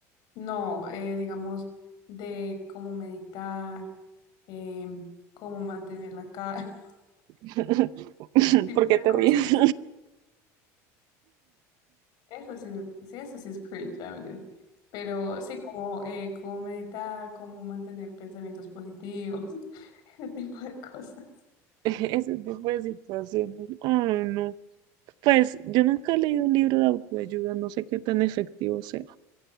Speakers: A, on the left; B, on the right.
A: No, eh, digamos, de cómo meditar, em, cómo mantener la cara, <laughs>
B: <laughs>
A: ese tipo
B: ¿Por qué
A: de
B: te
A: cosas.
B: ríes?
A: Eso sí, sí, eso sí es cringe, ya mentiras. Pero sí, como eh, cómo meditar, cómo mantener pensamientos positivos, <laughs> ese tipo de cosas.
B: <laughs> ese tipo de situaciones. Ay, no. Pues yo nunca he leído un libro de autoayuda, no sé qué tan efectivo sea,